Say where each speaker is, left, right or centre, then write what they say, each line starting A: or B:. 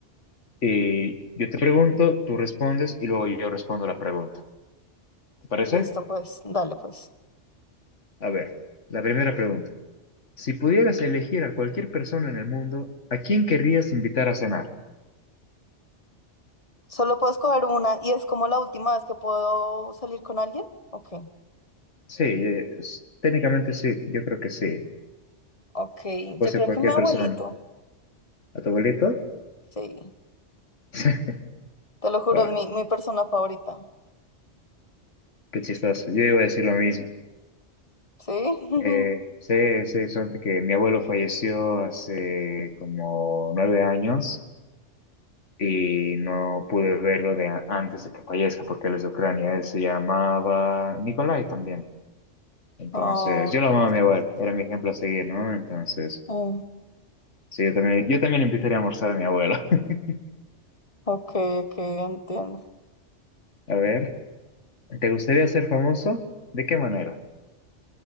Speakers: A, on the left; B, on the left.
A: Y yo te pregunto, tú respondes y luego yo respondo la pregunta. ¿Te parece?
B: Listo, pues, dale, pues.
A: A ver, la primera pregunta. Si pudieras elegir a cualquier persona en el mundo, ¿a quién querrías invitar a cenar?
B: Solo puedo escoger una y es como la última vez que puedo salir con alguien. Ok,
A: Sí, eh, s- técnicamente sí, yo creo que sí.
B: ok,
A: Puede
B: yo
A: ser
B: creo
A: cualquier
B: que mi abuelito,
A: persona. ¿A tu abuelito?
B: sí,
A: <laughs>
B: te lo juro,
A: Buah,
B: es mi, mi persona favorita,
A: qué chistoso. Yo iba a decir lo mismo.
B: ¿sí? <laughs>
A: Eh, sí, sí, son que mi abuelo falleció hace como nueve años y no pude verlo de a- antes de que fallezca porque él es de Ucrania. Él se llamaba Nikolai también. Entonces,
B: Oh,
A: yo lo
B: qué
A: amaba
B: triste.
A: a mi abuelo, era mi ejemplo a seguir, ¿no? Entonces,
B: Oh,
A: sí, yo también, yo también invitaría a almorzar a mi abuelo. <laughs>
B: ok, ok, entiendo.
A: A ver, ¿te gustaría ser famoso? ¿De qué manera?